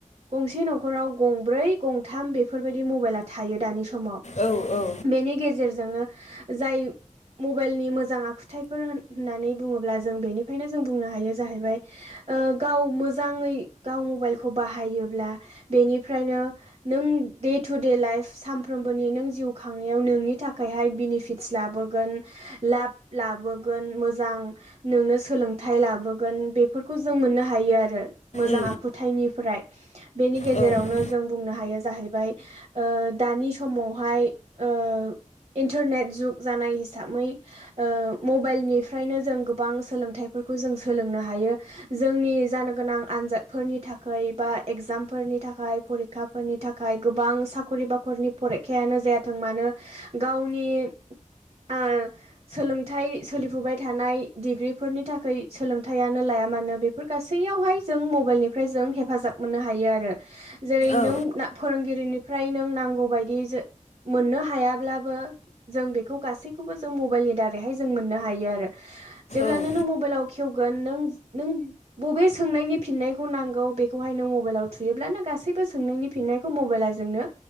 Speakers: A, on the right; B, on the left.
A: गंसे न'खराव गंब्रै गंथाम बेफोरबायदि मबाइला थायो दानि समाव
B: औ-औ
A: बेनि गेजेरजोंनो जाय मबाइलनि मोजां आखु थाइफोर होन होननानै बुङोब्ला जों बेनिफ्रायनो जों बुंनो हायो जाहैबाय ओ गाव मोजाङै गाव मबाइलखौ बाहायोब्ला बेनिफ्रायनो नों दे टु दे लाइफ सानफ्रोमबोनि नों जिउ खांनायाव नोंनि थाखायहाय बेनिफिट लाबोगोन लाब लाबोगोन मोजां नोंनो सोलोंथाइ लाबोगोन बेफोरखौ जों मोननो हायो आरो मोजां
B: उम
A: आखुथायाइनिफ्राय बेनि गेजेरावनो
B: औ
A: जों बुंनो हायो जाहैबाय ओ दानि समावहाय ओ इन्टारनेट जुग जानाय हिसाबै ओ मबाइलनिफ्रायनो जों गोबां सोलोंथाइफोरखौ जों सोलोंनो हायो। जोंनि जानो गोनां आनजादफोरनि थाखाय बा एग्जामफोरनि थाखाय फरिखा फोरनि थाखाय गोबां साख'रि बाख'रिनि फरिखायानो जायाथों मानो गावनि आ सोलोंथाइ सोलिफुबाय थानाय डिग्रिफोरनि थाखाय सोलोंथायाइानो लाया मानो बे फोर गासैयावहाय जों मबाइलनिफ्राय जों हेफाजाब मोननो हायो आरो जेरै
B: औ
A: नों फोरोंगिरिनिफ्राय नों नांगौबायायदि जो मोननो हायाब्लाबो जों बेखौ गासैखौबो जों मबाइलनि दारैहाय जों मोननो हायो आरो जेब्लानो
B: औ
A: नों मबाइलाव खेवगोन नों नों बबे सोंनायनि फिननायखौ नांगौ बेखौहाय नों मबाइलाव थुयोब्लानो गासैबो सोंनायनि फिननायखौ मबाइलाजोंनो